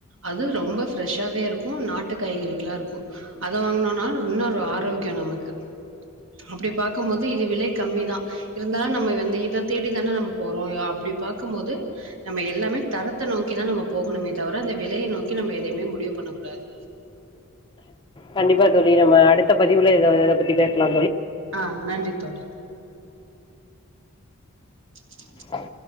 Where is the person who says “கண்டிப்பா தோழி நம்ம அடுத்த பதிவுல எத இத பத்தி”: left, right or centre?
Left